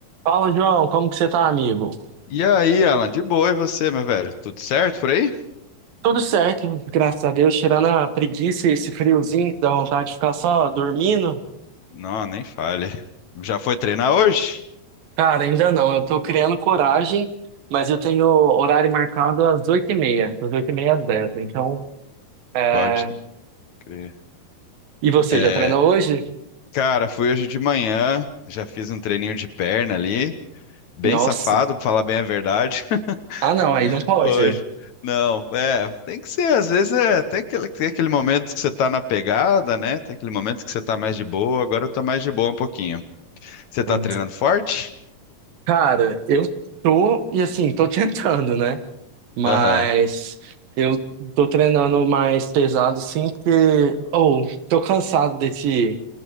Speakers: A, on the right; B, on the left.
A: Fala, João, como que você tá, amigo?
B: E aí, Alan, de boa, e você, meu velho? Tudo certo por aí?
A: Tudo certo, graças a Deus, tirando a preguiça e esse friozinho que dá vontade de ficar só dormindo.
B: Não, nem fale. Já foi treinar hoje?
A: Cara, ainda não, eu tô criando coragem, mas eu tenho horário marcado às oito e meia, das oito e 30 às 10 então... é.
B: Pode crer.
A: E você,
B: É,
A: já treinou hoje?
B: cara, fui hoje de manhã, já fiz um treininho de perna ali, bem
A: Nossa.
B: safado, pra falar bem a verdade. <laughs>
A: Ah, não, aí não pode.
B: Hoje. Não, é, tem que ser, às vezes é, tem aquele, tem aquele momento que você tá na pegada, né? Tem aquele momento que você tá mais de boa, agora eu tô mais de boa um pouquinho. Você
A: Hum.
B: tá treinando forte?
A: Cara, eu tô, e assim, tô <laughs> tentando, né? Mas
B: Aham.
A: eu tô treinando mais pesado, sim, porque... Ou, tô cansado desse...